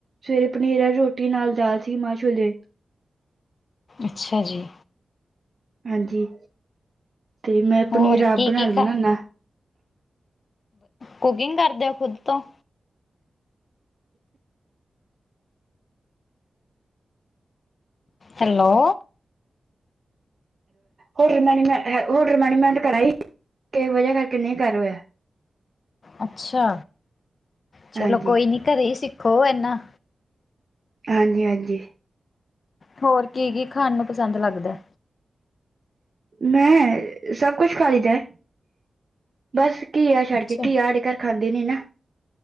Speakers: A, on the right; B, on the left.
A: ਸਵੇਰੇ ਪਨੀਰ ਵਾਲੀ ਰੋਟੀ ਨਾਲ ਦਾਲ ਸੀ ਮਾਂ ਛੋਲੇ
B: ਅੱਛਾ ਜੀ।
A: ਹਾਂਜੀ ਤੇ ਮੈਂ
B: ਹੋਰ
A: ਪਨੀਰ ਆਪ
B: ਕੀ
A: ਬਣਾ
B: ਕੀ
A: ਲਿੰਦਾ
B: ਖਾ
A: ਹੁਨਾ।
B: ਕੁਕਿੰਗ ਕਰਦੇ ਓ ਖੁਦ ਤੋਂ ਹੈਲੋ
A: ਹੋਟਲ ਮੈਨਜ ਹੋਟਲਮੈਨੇਜਮੈਂਟ ਕਰਾਈ ਕਿਸੇ ਵਜ੍ਹਾ ਕਰਕੇ ਨਹੀਂ ਕਰ ਹੋਇਆ।
B: ਅੱਛਾ ਚਲੋ
A: ਹਾਂਜੀ
B: ਕੋਈ ਨੀ ਘਰੇ ਸਿੱਖੋ ਇਹਨਾ
A: ਹਾਂਜੀ- ਹਾਂਜੀ
B: ਹੋਰ ਕੀ -ਕੀ ਖਾਣ ਨੂੰ ਪਸੰਦ ਲੱਗਦਾ।
A: ਮੈਂ, ਸਭ ਕੁਛ ਖੀਦਾ ਬੱਸ ਕੀਆ ਛੱਡ
B: ਅੱਛਾ
A: ਕੇ ਕੀਆ ਆਡੇ ਘਰ ਖਾਂਦੇ ਨਹੀਂ ਨਾ।